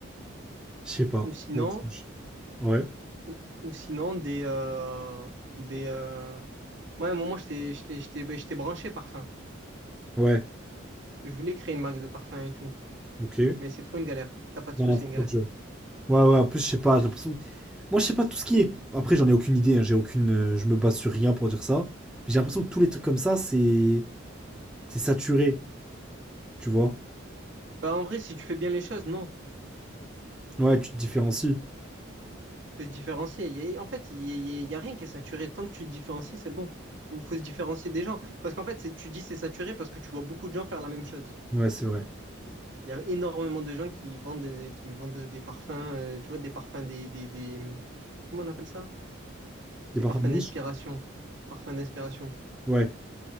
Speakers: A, in the centre; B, on the right.
A: Je sais pas.
B: Ou sinon,
A: Bon, je- Ouais,
B: ou, ou sinon des, euh, des. euh, ouais, Moi, à un moment, j'étais, j'étais, j'étais, ben, j'étais branché parfum.
A: ouais,
B: Je voulais créer une marque de parfum et tout.
A: ok.
B: Mais c'est trop une galère. T'as pas de
A: Non,
B: sous, c'est
A: c'est trop
B: une galère.
A: de jeu. Ouais, ouais, en plus, je sais pas, j'ai l'impression. Moi, je sais pas tout ce qui est. Après, j'en ai aucune idée, hein, j'ai aucune. euh, Je me base sur rien pour dire ça. Mais j'ai l'impression que tous les trucs comme ça, c'est. C'est saturé, tu vois.
B: Bah, en vrai, si tu fais bien les choses, non.
A: Ouais, tu te différencies.
B: Faut se différencier. Y a- y a- en fait, il n'y a, y a rien qui est saturé. Tant que tu te différencies, c'est bon. Faut, faut se différencier des gens. Parce qu'en fait, c'est- tu dis c'est saturé parce que tu vois beaucoup de gens faire la même chose.
A: Ouais, c'est vrai.
B: Il y a énormément de gens qui vendent, des- qui vendent des parfums, euh, tu vois, des parfums, des, des, des- hum, Comment on appelle ça?
A: Des
B: Des
A: parfums
B: parfums
A: de
B: d'inspiration.
A: niche?
B: Parfums d'inspiration.
A: Ouais,